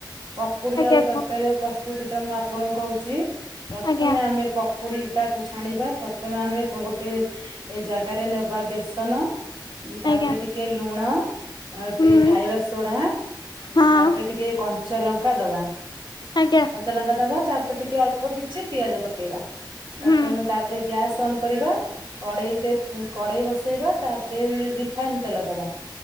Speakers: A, on the right; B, on the left.
A: ପକୁଡି
B: ଆଜ୍ଞା
A: ତର୍ ତରକାର
B: କୁହ
A: ପ୍ରସ୍ତୁତି ଟା ମୁଁ ଆପଣଙ୍କୁ କୋହୁଚି ପ୍ରଥମେ
B: ଆଜ୍ଞା
A: ଆମେ ପକୁଡି ଟାକୁ ଛାଣିବା ପ୍ରଥମେ ଆମେ ଗୋଟେ ଏ ଜାଗାରେ ନେବା ବେସନ। ତାପରେ
B: ଆଜ୍ଞା
A: ଟିକେ ଲୁଣ। ଆଉ ଟିକେ
B: ହୁଁ
A: ଖାଇବା ସୋଢା
B: ହଁ
A: ତାପରେ ଟିକେ କଞ୍ଚା ଲଙ୍କା ଦବା।
B: ଆଜ୍ଞା।
A: କଞ୍ଚା ଲଙ୍କା ଦବା ତାପରେ ଟିକେ ଅଳ୍ପ କିଛି ପିଆଜ ପକେଇବା। ପ୍ରଥମେ
B: ହୁଁ
A: ତାପରେ ଗ୍ୟାସ୍ ଅନ୍ କରିବା। କଡ଼େଇରେ କଡେଇ ବସେଇବା ତାପରେ ରିଫାଇନ ତେଲ ଦବା।